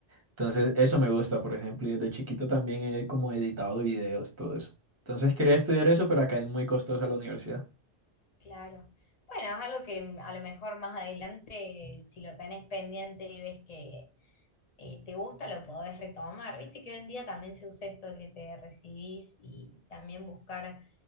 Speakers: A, on the right; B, on the left.
A: Entonces, eso me gusta, por ejemplo, y desde chiquito también he como editado videos, todo eso. Entonces, quería estudiar eso, pero acá es muy costosa la universidad.
B: Claro. Bueno, es algo que mm, a lo mejor más adelante, eh, si lo tenés pendiente y ves que eh, te gusta, lo podés retomar. Viste que hoy en día también se usa esto de que te recibís y también buscar,